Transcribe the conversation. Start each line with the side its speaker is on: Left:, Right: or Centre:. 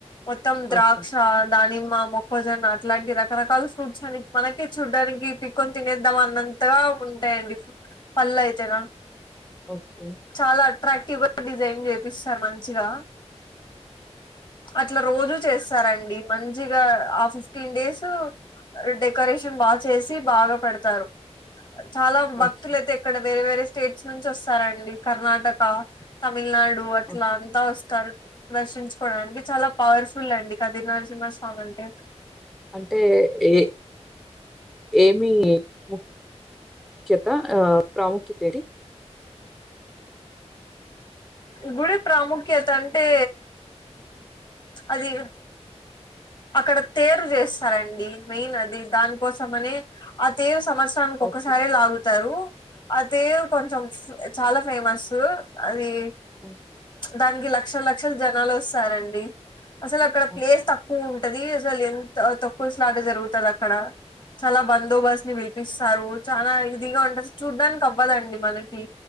Left: మొత్తం ద్రాక్ష
Centre: ఓకే
Left: దానిమ్మ మొ భోజన అట్లాంటి రకరకాల ఫ్రూట్స్ అని మనకే చూడ్డానికి పీక్కొని తినేద్దామా అన్నంతగా ఉంటా పళ్ల అయితేనా
Centre: ఓకే
Left: చాలా అట్రాక్టివ్గా డిజైన్ చేపిస్ సార్ మంచిగా అట్లా రోజు చేస్ స్థారండి మంచిగా ఆ ఫిఫ్టీన్ డేసూ డెకరేషన్ బా చేసి బాగా పెడతారు చాలా
Centre: ఓకే
Left: భక్తులయితే ఎక్కడ వేరే వేరే స్టేట్స్ నుంచి వస్తారండి కర్ణాటక్ తమిళనాడు అట్లా
Centre: ఓకే
Left: అంతా వస్తారు దర్శించుకోడానికి చాలా పవర్ఫ్ ఫుల్ండి కదిరి నరసింహ స్వామి అంటే
Centre: అంటే ఏ ఏమి ము చెప్తా ఆ ప్రాముఖ్యతడి
Left: గుడి ప్రాముఖ్యత అంటే అది అక్కడ తేరు చేస్తారండి మెయిన్ అది దానికోసం అని ఆ తేజ్ సంవత్సరానికి
Centre: ఓకే
Left: ఒకసారె లాగు తారు అదే కొంచం చాలా ఫేమస్సు అది
Centre: ఆఓ <inaudible>
Left: దానికి లక్షల లక్షలు జనాలు వొస్తారండి అసలు అక్కడ ప్లేస్
Centre: ఓకే
Left: తక్ ఉంటది అసలు ఎంత తక్కువ స్లాట్ జరుగుతదక్కడ చాలా బందోబస్తు ని పిలిపిస్తారు చాలా ఇదిగా ఉంట చూడ్డాానికి అవ్వదండి మనకి